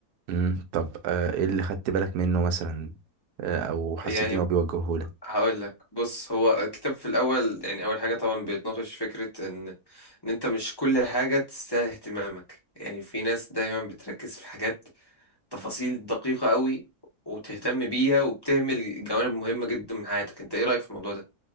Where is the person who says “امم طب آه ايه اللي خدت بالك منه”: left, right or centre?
Right